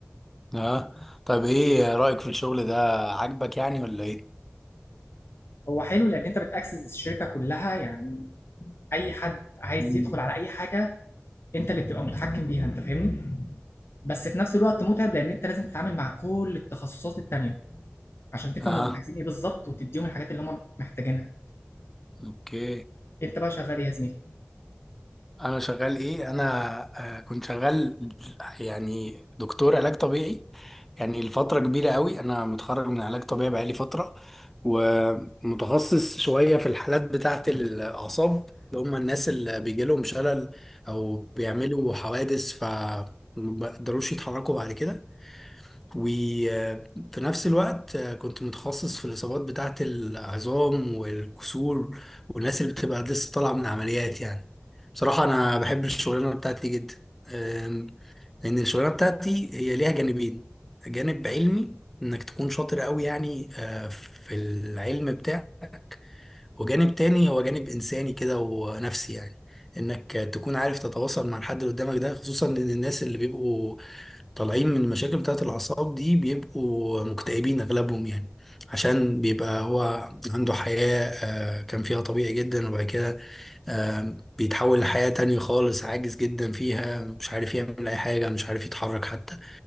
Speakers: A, in the centre; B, on the left.
A: اه طيب ايه رأيك في الشغل ده عاجبك يعني ولا ايه
B: هو حلو لان انت بتاكسس الشركه كلها يعني اي حد عايز
A: مم.
B: يدخل على اي حاجه انت اللي بتبقى متحكم بيها انت فاهمني بس في نفس الوقت متعب لان انت لازم تتعامل مع كل التخصصات التانية عشان تفهم
A: اه
B: هم عايزين ايه بالظبط وتديهم الحاجات اللي هم محتاجينها
A: اوكي
B: انت بقى شغال إيه يا زميلي
A: انا شغال ايه انا آه، كنت شغال يعني دكتور علاج طبيعي يعني لفتره كبيره قوي انا متخرج من علاج طبيعي بقالي فتره ومتخصص شويه في الحالات بتاعه الاعصاب اللي هم الناس اللي بيجي لهم شلل او بيعملوا حوادث فما بيقدروش يتحركوا بعد كده وفي نفس الوقت آه، كنت متخصص في الإصابات بتاعة العظام والكسور والناس اللي بتبقى لسه طالعة من عمليات يعني بصراحة أنا بحب الشغلانة بتاعتي جدا آم، لأن الشغلانة بتاعتي هي ليها جانبين جانب علمي إنك تكون شاطر قوي يعني آه، في العلم بتاعك وجانب تاني هو جانب إنساني كده ونفسي يعني إنك تكون عارف تتواصل مع الحد اللي قدامك ده خصوصا إن الناس اللي بيبقوا طالعين من المشاكل بتاعة الأعصاب دي بيبقوا مكتئبين أغلبهم يعني عشان بيبقى هو عنده حياة آه، كان فيها طبيعي جدا وبعد كده آه، بيتحول لحياة تانية خالص عاجز جدا فيها مش عارف يعمل أي حاجة مش عارف يتحرك حتى